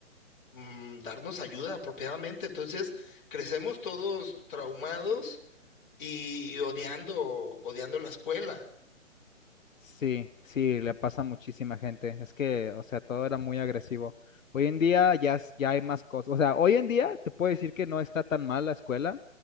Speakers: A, on the left (about 40°); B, on the left (about 80°).
A: mm, darnos ayuda apropiadamente. Entonces, crecemos todos traumados y odiando, odiando la escuela.
B: sí, sí, le pasa a muchísima gente. Es que, o sea, todo era muy agresivo. Hoy en día ya, es- ya hay más cosas. O sea, hoy en día te puedo decir que no está tan mal la escuela,